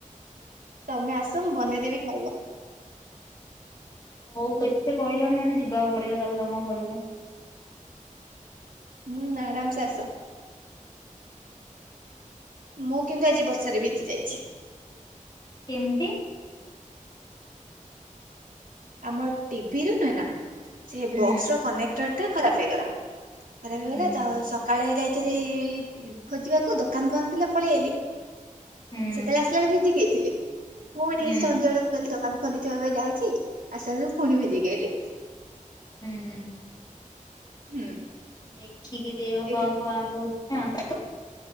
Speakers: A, on the right (about 85°); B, on the left (about 30°).
A: ତମେ ଆସ ମୁଁ ବନେଇଦେବି ଖାଇବ।
B: ହଉ ଏତେ କହିଲଣି ମାନେ ଯିବାକୁ ପଡିବ ତାହେଲେ ତମ ଘରକୁ।
A: ହୁଁ ଆରାମସେ ଆସ। ମୁଁ କିନ୍ତୁ ଆଜି ବର୍ଷାରେ ଭିଜି ଯାଇଚି।
B: କେମିତି?
A: ଆମର ଟିଭି ରୁ ନୁହେଁ ନା, ସେ
B: ହୁଁ
A: ବକ୍ସ ର କନେକ୍ଟର ଟା ଖରାପ ହେଇଗଲା। ଖରାପ ହେଇ ଗଲା
B: ହୁଁ
A: ବ ତ ସକାଳେ ଯାଇଥିଲି ଖୋଜିବାକୁ, ଦୋକାନ ବନ୍ଦ ଥିଲା ପଳେଇ ଆଇଲି।
B: ହୁଁ
A: ସେତେବେଳେ ଆସିଲା ବେଳେ ଭିଜିିକି ଆଇଥିଲି ପୁଣି
B: ହୁଁ।
A: ସଞ୍ଜବେଳକୁ କହିଲି ଦୋକାନ ଖୋଲିଥିବ ଏବେ ଯାଉଛି ଆସିଲା ବେଳକୁ ପୁଣି ଭିଜିକି ଆଇଲି।
B: ହୁଁ।
A: ହୁଁ।
B: ଦେଖିକି ଦେହ
A: ଏଇଠି
B: ପା ଖରାପ ହଉଛି ନା।